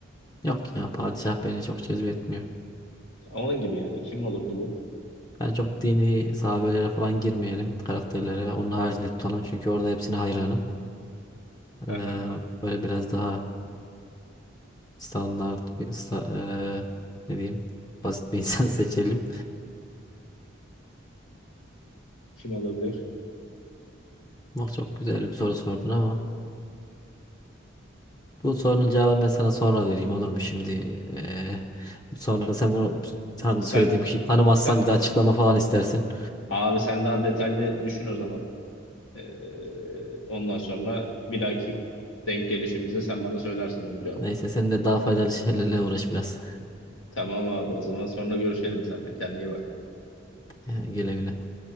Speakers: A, on the left; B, on the left.
A: yok ya padişah beni çok cezbetmiyor.
B: Onun gibi yani kim olurdu bu?
A: Yani çok dini sahabelere falan girmeyelim karakterlere. Onun haricinde tutalım çünkü orada hepsine hayranım.
B: Aha,
A: Eee, böyle biraz daha standart bir sta- eee, ne diyeyim basit bir <laughs> insan seçelim.
B: kim olabilir?
A: Bak çok güzel bir soru sordun ama. Bu sorunun cevabını ben sana sonra vereyim olur mu? Şimdi eee, sonra sen bunu tan- söylediğim
B: Sen,
A: kişiyi tanımazsan
B: sen
A: bir de açıklama falan istersin.
B: abi sen daha detaylı düşün o zaman. Ee, ondan sonra bir dahaki denk gelişimizde sen bana söylersin bunun cevabını.
A: Neyse sen de daha faydalı şeylerle uğraş biraz.
B: Tamam abi o zaman sonra görüşelim seninle. Kendine iyi bak.
A: Ee, Güle güle.